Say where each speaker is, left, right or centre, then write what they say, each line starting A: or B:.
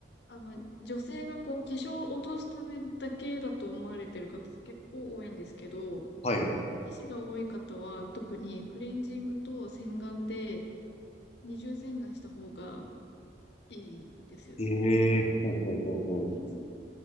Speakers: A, on the left; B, on the left.
A: あの、女性がこう、化粧を落とすためだけだと思われてる方結構多いんですけど、
B: はい。
A: 皮脂が多い方は特にクレンジングと洗顔で二重洗顔した方がいいですよ。
B: ええーほうほうほうほう。
A: うん